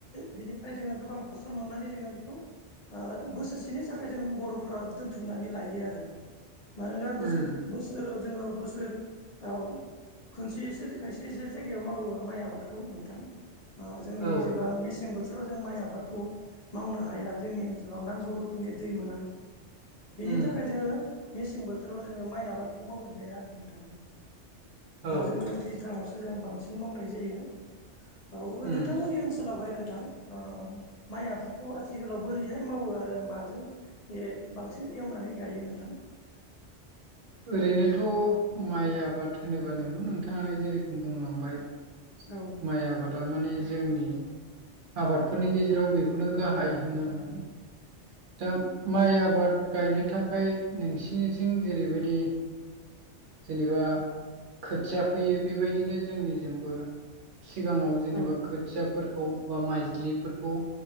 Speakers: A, on the left; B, on the right.
A: बेनि जोङो गोबां फसल मोननानै जोङो बेखौ बोसोरसेनि नि थाखाय जों बर'फोरा दोनथुमनानै लायो आरो मानोना बोसोर
B: उम
A: बोसोर बोस जोङो बोसोराव खनसे ए खायसे एसे जायगायाव मावो माइ आबादखौ नोंथां जोंनि
B: औ
A: जेबा मेसें बोथोराव जों माइ आबादखौ मावनो हाया जोंनि ओनसोलाव नांगौ रोखोम उनि दै मोना बेनि
B: उम
A: थाखाय जोङो मेसें बोथोराव जोङो माइ आबादखौ मावनो हाया आरो नोंथां
B: औ
A: जोङो दैज्लाङावसो जोङो बांसिन मावनाय जायो औ नोंथांमोननि
B: उम
A: ओनसोल आथिखालावहाय नोंथां माइ आादफोरखौ आथिखालाव बोरैहाय मावो आरो म जों बांसिन एवनानै गायो नोंथां
B: ओरैनोथ' माइ आबाद होनोबा नंगौ नोंथाङानो जेरोखम बुंलांबाय
A: औ
B: माइ आबादा माने जोंनि आबादफोरनि गेजेराव बेखौनो गाहाय होननांगोन दा माइ आबाद गायनो थाखाय नोंसिनिथिं जेरैबायदि जेनेबा खोथिया फैयो बेबायदिनो जोंनिजोंबो सिगाङाव जेनेबा
A: औ
B: खोथियाफोरखौ बा माइज्लिफोरखौ